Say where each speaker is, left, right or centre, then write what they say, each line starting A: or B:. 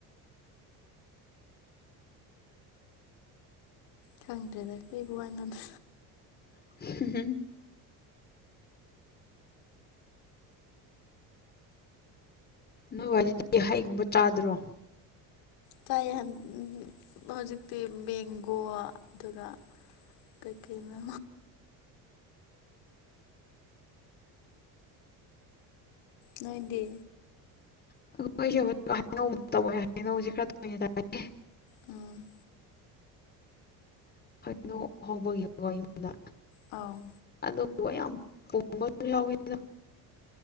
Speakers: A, on the left (about 90°); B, on the left (about 25°).
A: ꯈꯪꯗ꯭ꯔꯦꯗ ꯀ꯭ꯔꯤꯕꯨ ꯋꯥ ꯉꯥꯡꯗ
B: <unintelligible> ꯅꯣꯏ ꯋꯥꯏꯗꯗꯤ ꯍꯩꯒꯨꯝꯕ ꯆꯥꯗ꯭ꯔꯣ
A: ꯇꯥꯏꯌꯦ ꯍꯟ ꯍꯧꯖꯤꯛꯇꯤ ꯕꯦꯡꯒꯣ ꯑꯗꯨꯒ ꯀꯩꯀꯩ ꯅꯣ ꯅꯣꯏꯗꯤ
B: <unintelligible>
A: ꯎꯝ
B: ꯍꯩꯅꯧ ꯍꯧꯕꯒꯤꯀꯣ ꯌꯨꯝꯗ
A: ꯑꯧ
B: ꯑꯗꯨꯕꯨ ꯌꯥꯝ <unintelligible> ꯌꯥꯎꯏꯗ